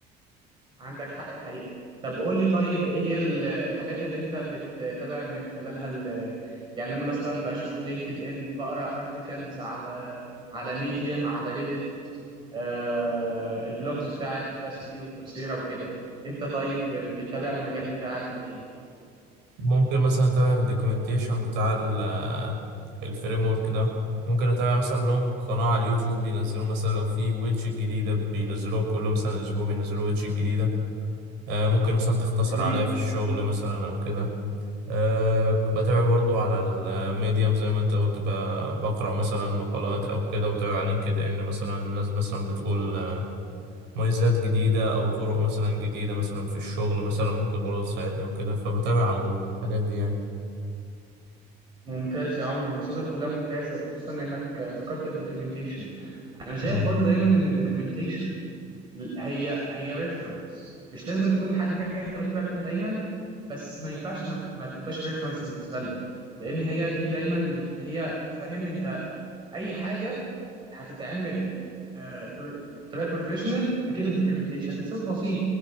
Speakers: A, on the right; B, on the right.
A: عندك حق الحقيقة طب قول لي طيب ايه هي ال- الحاجات اللي انت بتتابع من خلالها ال- يعني انا مثلا بشوف لينكد ان بقرا ارتكلز على على ميديم على ريدت آه البلوجز بتاعت يوداسيتي وكورسيرا وكده انت طيب بتتابع المجال بتاعك منين
B: ممكن مثلا اتابع من الدوكيومنتيشن بتاع ال- الفريم ورك ده ممكن اتابع مثلا لهم قناة على اليوتيوب بينزلوا مثلا لو في ويدج جديدة بينزلوها كل مثلا اسبوع بينزلوا ويدج جديدة آه، ممكن مثلا تختصر
A: جميل
B: عليا في الشغل مثلا او كده آه، بتابع برضو على الميديم زي ما انت قلت ب- بقرأ مثلا مقالات او كده وتابع على لينكد ان مثلا الناس مثلا بتقول آه، مميزات جديدة او طرق مثلا جديدة مثلا في الشغل مثلا ممكن برضو تساعدني وكده فبتابع على الحاجات دي
A: ممتاز يا عمري المصادر كلها ممتازة وخصوصا انك ذكرت الدوكيومنتيشن انا شايف
B: يعني
A: برضو دايما ان الدوكيومنتيشن هي هي ريفرنس مش لازم تكون الحاجه اللي انت بتتابع منها دايما بس ما ينفعش ما, ما تبقاش ريفرنس بالنسبه لنا لان هي دي دايما اللي هي فاهم انت اي حاجه هتتعمل آه، بر- بطريقه بروفيشنال اكيد الدوكيومنتيشن لسبب بسيط